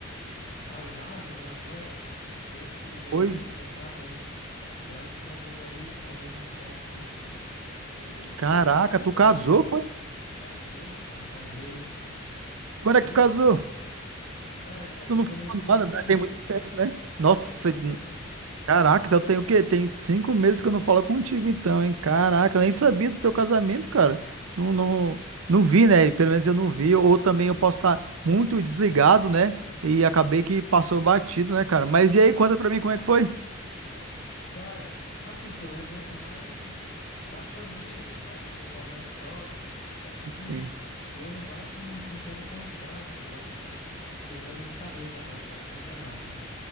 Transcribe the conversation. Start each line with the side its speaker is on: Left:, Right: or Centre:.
Left: casado, né, agora, dois filhos aí
Right: Oi.
Left: pra sustentar, mas graças a Deus aí tá dando certo aí. O
Right: Caraca,
Left: fui
Right: tu
Left: promovido
Right: casou,
Left: no
Right: foi?
Left: casei, cara, casei.
Right: Quando
Left: Casei,
Right: é que tu casou?
Left: cara, casei
Right: Tu não
Left: começo
Right: ficou
Left: desse
Right: falando,
Left: ano.
Right: né? tem muito tempo, né? Nossa,
Left: Tem muito tempo.
Right: caraca, então tem o quê? Tem cinco meses que eu não falo contigo, então, hein? Caraca, eu nem sabia do teu casamento, cara. Não, não, não vi, né? Pelo menos eu não vi. Ou também eu posso estar muito desligado, né? E acabei que passou batido, né, cara? Mas e aí, conta pra mim como é que foi?
Left: Cara, assim, foi um evento mais pra família, sabe? O pessoal mais próximo. Tanto que
Right: Sim,
Left: deu no máximo uns 50 convidados, eu acho assim. Lembrando de cabeça agora, posso estar enganado, né?